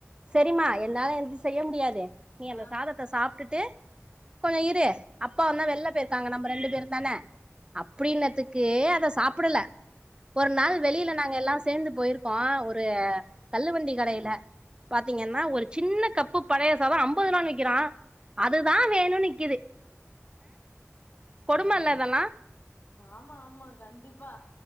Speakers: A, on the right (about 20°); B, on the left (about 45°).
A: செரிமா என்னால எந்திச்சு செய்ய முடியாது நீ அந்த
B: ஆ
A: சாதத்த சாப்ட்டுட்டு கொஞ்சோ இரு அப்பா வந்தா வெளில போயிருக்காங்க நம்ம ரெண்டு பேரும்தான அப்டினுத்துக்கு அத சாப்டல ஒரு நாள் வெளியில நாங்கெல்லா சேந்து போயிருக்கோ ஒரு தள்ளுவண்டி கடையில பாத்தீங்கன்னா ஒரு சின்ன கப்பு பழைய சாதம் அம்பதுருவான் விக்கிறா அதுதா வேணு நிக்கிது கொடுமல்ல இதெல்லா
B: ஆமா ஆமா கண்டிப்பா